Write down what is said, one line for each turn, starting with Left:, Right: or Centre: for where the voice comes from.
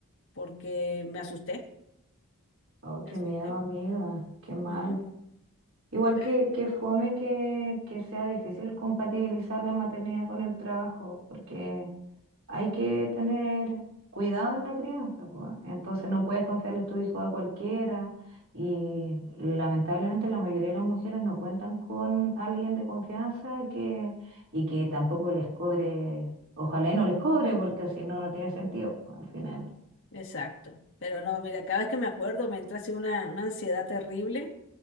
Left: porque me asusté,
Right: Oh,
Left: me
Right: qué
Left: asusté.
Right: miedo, amiga. Qué mal.
Left: Ujú.
Right: Igual
Left: Eh,
Right: que, que fome que, que sea difícil compatibilizar la maternidad con el trabajo, porque hay que tener cuidado en la crianza, po. Entonces no puedes confiarles tu hijo a cualquiera y lamentablemente la mayoría de las mujeres no cuentan con alguien de confianza que, y que tampoco les cobre, ojalá y no les cobre, porque si no, no tiene sentido, po, al final.
Left: Exacto. Pero no, mira, cada vez que me acuerdo me entra así una, una ansiedad terrible